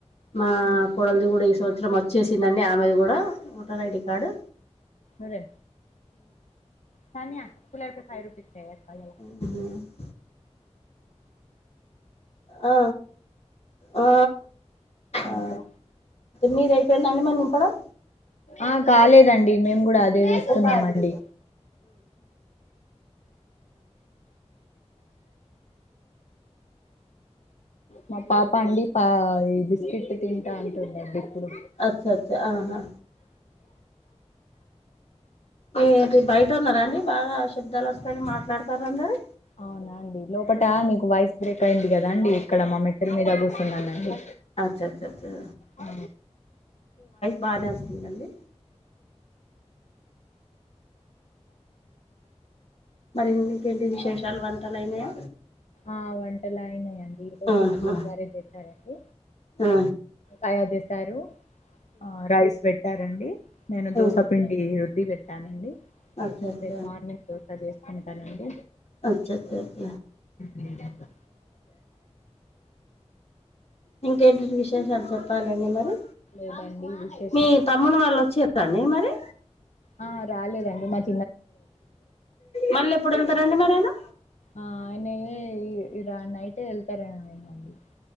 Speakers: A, on the left; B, on the left.
A: మా
B: ఉమ్.
A: కోడల్ది కూడా ఈ సంవత్సరం అ చ్చేసిందండి ఆమెది కూడా ఓటర్ ఐడి కార్డు.
B: అదే కని అప్పులయితే ఫైవ్ రుపిసే <unintelligible>
A: హ్ ఆ ఆ ఆ
B: ఇంకా
A: మీరు అయిపోయిందండి మరి నింపడం.
B: ఆ కాలేదండి మేము కూడా అది దేవిస్తున్నమండి.
A: ఉహు అదే
B: మా పాప అండి పా ఈ బిస్కెట్ తింటా అంటుంది ఇప్పుడు.
A: అచ్చచ్చా ఆహా. ఎంటిది బయట ఉన్నరా అండి బాగా శబ్దాలు వస్తన్నయి మాట్లాడతార్రు అందరు.
B: అవునా అండి లోపట మీకు వాయిస్ బ్రేక్ అయింది కదా అండి ఇక్కడ మా మెట్ల మీద కూసూన్నానండి.
A: అచ్చచ్చచా
B: ఆ
A: బానే వస్తుందండి మరి ఇంకేంటి విశేషాలు వంటలైనయా.
B: ఆ వంటలు అయినయండి. ఈరోజు
A: ఆహా
B: మా అత్తమగారే చేసారండి.
A: ఆ
B: తయారు చేసారు. ఆ రైస్ పెట్టారండి నేను దోస
A: ఆ
B: పిండి రుద్ది పె టానండి
A: అచ్చ అచ్చ
B: రేపు మార్నింగ్ తోస చేసుకుంటనండి
A: అచ్చ అచ్చ అచ్చ
B: అంచేత
A: ఇంకేంటీ విశేషాలు చెప్పాలండి మరి
B: ఎటఅండి ఇంకేం
A: మీ తమ్ముని వాళ్ళు వచ్చేదాండి మరి
B: ఆ రాలేదండి మర్
A: మల్లెప్పుడు వెళ్తరండి మరేనా
B: ఆ ఆయన ఇగ నైట్వెళ్తరండి